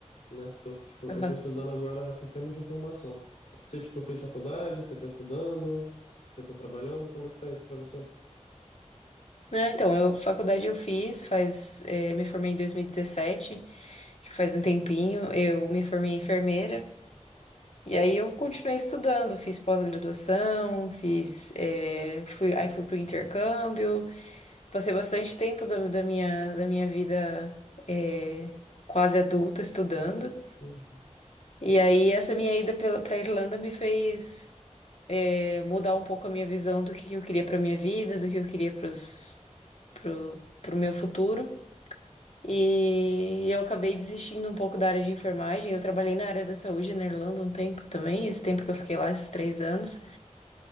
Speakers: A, on the left; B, on the left.
A: né? Tô, tipo,
B: Aham.
A: eu tô estudando agora sistemas de informação. Você, tipo, fez faculdade, você tá estudando, você tá trabalhando, como é que tá isso pra você?
B: Ah, então, eu, faculdade eu fiz, faz, eh, me formei em 2017, acho que faz um tempinho. Eu me formei em enfermeira. E aí eu continuei estudando, fiz pós-graduação, fiz, eh, fui, aí fui pro intercâmbio. Passei bastante tempo da, da minha, da minha vida, eh, quase adulta estudando.
A: Uhum,
B: E aí, essa minha ida pela- pra Irlanda me fez é, mudar um pouco a minha visão do que que eu queria pra minha vida, do que eu queria pros, pro, pro meu futuro. E eu acabei desistindo um pouco da área de enfermagem. Eu trabalhei na área da saúde na Irlanda um tempo também, esse tempo que eu fiquei lá, esses três anos.